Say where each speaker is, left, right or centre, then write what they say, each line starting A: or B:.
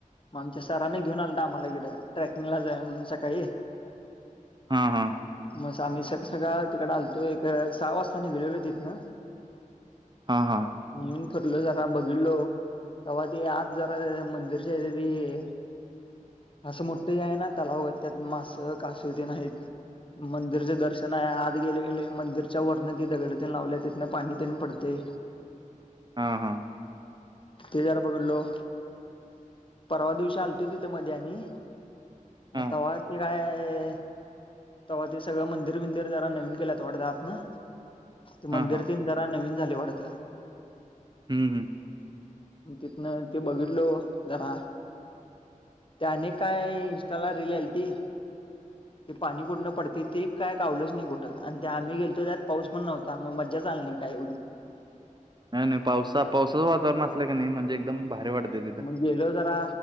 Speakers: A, on the left (about 40°); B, on the right (about 30°).
A: आमच्या सरांने घेऊन आलं आम्हाला इकडं ट्रेकिंगला जाय म्हणून सकाळी
B: हा हा
A: म आम्ही सगळ सगळं तिकड आलतो एक सहा वाजता निघले तथ ना
B: हा हा
A: म्हून फटलं जरा बघितलो तेव्हा ते आज जरा मंदिरच्या आहेथ ती असं मोठं आहे ना त्याला अघत त्यात मासं कासव ते नाहीत मंदिरचे दर्शन आहे आज गेले गेले मंदिरच्या वरन तिथकडे त लावल्या तिं पाणी ते पडते
B: हा हा
A: तेजरा बघडलो परवा दिवशी आलतोय तिथं मध्ये आणि मग
B: हां,
A: त्हा ते काय तेव्हा ते सगळं मंदिर बिंदिर जरा नवीन केल्यात वाढतात ना ते
B: हां,
A: मंदिर
B: हां.
A: तन जरा नवीन झाले वाढत
B: हम् हम्
A: तिथन ते बघितलो जरा त्याने काय इं्स्टाला रिल आलती ते पाणी कुठणं पडते ते काय गव लंच नाही कुठं आणि आम्ही गेलो त्यात पाऊस पण नव्हता मग मजा चालली का एवढी
B: नाही नाही पावसाचा पावसाचं वातावरण असलं का नाही म्हणजे एकदम भारी वाटते तिथं
A: मग गेलो जरा